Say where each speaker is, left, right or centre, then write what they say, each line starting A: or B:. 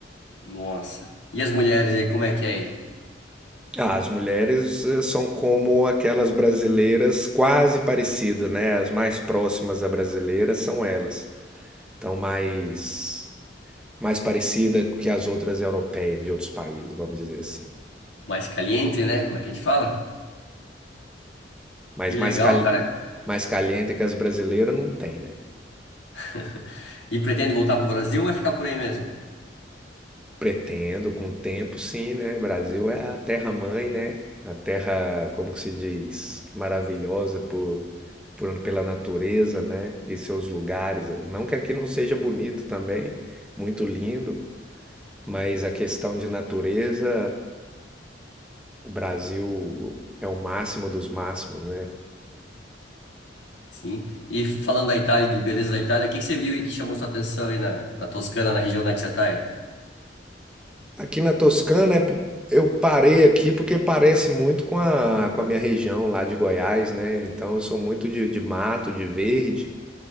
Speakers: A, on the left; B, in the centre.
A: Nossa. E as mulheres aí, como é que é aí?
B: Ah, as mulheres eh, são como aquelas brasileiras quase parecidas, né? As mais próximas a brasileiras são elas. Então, mais, mais parecida que as outras europeias de outros países, vamos dizer assim.
A: Mais caliente, né? Como é que a gente fala?
B: Mas
A: Que
B: mais,
A: legal,
B: cal,
A: cara.
B: mais caliente que as brasileiras não tem, né?
A: <laughs> E pretende voltar pro Brasil ou vai ficar por aí mesmo?
B: Pretendo, com o tempo, sim, né? Brasil é a terra-mãe, né? A terra, como que se diz? Maravilhosa por, por, pela natureza, né? E seus lugares. Não que aqui não seja bonito também, muito lindo, mas a questão de natureza, o Brasil é o máximo dos máximos, né?
A: Sim. E falando da Itália e de beleza da Itália, o que que você viu aí que chamou sua atenção aí na, na Toscana, na região onde é que você tá aí?
B: Aqui na Toscana, é eu parei aqui porque parece muito com a, com a minha região lá de Goiás, né? Então eu sou muito de, de mato, de verde.